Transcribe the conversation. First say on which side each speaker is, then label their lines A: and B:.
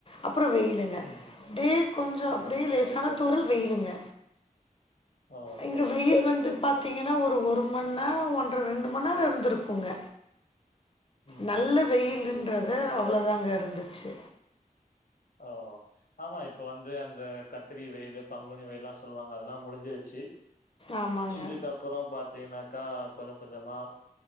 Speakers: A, on the left; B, on the left.
A: அப்புறோ வெயிலுங்க
B: ம்
A: டே கொஞ்சோ அப்டியே
B: ஓகே
A: லேசான தூறல் வெயிலுங்க
B: ஓ
A: இங்க
B: சரி
A: வெயில்
B: சரி
A: வந்து
B: சரி
A: பாத்திங்கன்னா ஒரு ஒரு மண்நேரோ ஒன்ற ரெண்டு மண்நேரோ இருந்திருக்குங்க
B: ம்
A: நல்ல வெயிலுன்றது
B: சரி
A: அவ்வளதாங்க இருந்துச்சு
B: ஓ ஆமா இப்போ வந்து அந்த கத்திரி வெயிலு பங்குனி வெயில்லா சொல்லுவாங்க அதெல்லா முடிஞ்சுருச்சு
A: ஆமாங்க
B: இதுக்கப்புறோ பாத்தீங்கன்னாக்கா கொஞ்சோ கொஞ்சமா